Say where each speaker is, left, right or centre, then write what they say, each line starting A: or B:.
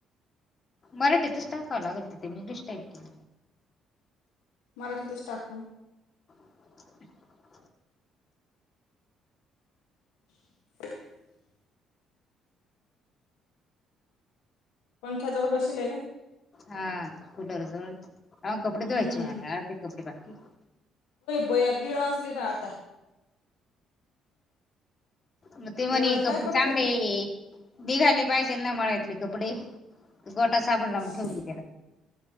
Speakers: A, on the left; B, on the left.
A: मराठीतच टाकावं लागल तिथे मी इंग्लिश टाईप केल.
B: मराठीतच टाकणा मग.
A: <inaudible>
B: <inaudible> पंख्या जवळ बसले आहे काय?
A: हा कठोर जवळ कपडे धुवायचे
B: हम्म
A: मला अर्धे कपडे बाकी आहेत.
B: भया दीड वाजले ना आता.
A: म ते म्हणे
B: एवढं
A: कपडे
B: काय करत
A: चांगले
B: होते
A: निघाले पाहिजे ना मळ्यात कपडे. गोटा साबण
B: बस
A: लावून ठेवली त्याला.